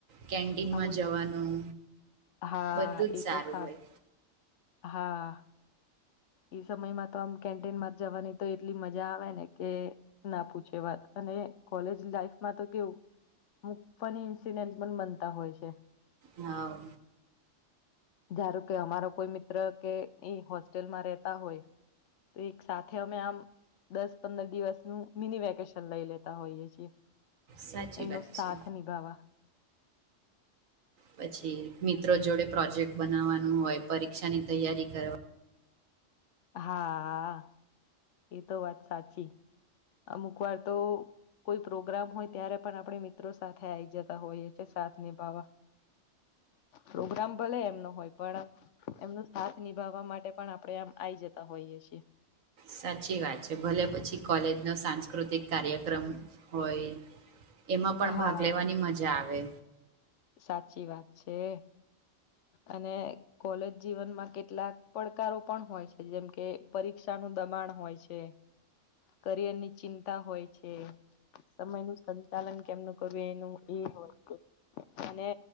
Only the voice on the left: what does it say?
હા બોલ
હા
એ
તો ખાસ
હા. ઈ સમયમાં તો આમ કેન્ટીન માં જ જવાની તો એટલી મજા આવે ને કે ના પૂછે વાત. અને કોલેજ લાઈફમાં તો કેવું મુકાની ઇન્સીિડેન્ટ પણ બનતા હોય છે.
જારું કે અમારો કોઈ મિત્ર કે હોસ્ટેલમાં રહેતા હોય. તો એક સાથે અમે આમ. દસ પંદર દિવસનું મિની વેકેશન લઈ લેતા હોઈએ છીએ.
એમનો
સાથ
નિભાાવવા.
હા એ તો વાત સાચી અમુક વાર તો કોઈ પ્રોગ્રામ હોય ત્યારે પણ આપણે મિત્રો સાથે આવી જતા હોઈએ છે સાથ નિભાવવા પ્રોગ્રામ ભલે એમનો હોય પણ એમનો સાથ નિભાવવા માટે પણ આપણેે આમ આ આવી જતા હોઈએ છીએ.
<inaudible>
હા
સાચી વાત છે. અને કોલેજ જીવનમાં કેટલાક પડકારો પણ હોય છે જેમ કે પરીક્ષા નું દબાણ હોય છે કરિયરની ચિંતા હોય છે. સમય નું સંચાલન કેમનું કરવું એનું એ હોય અને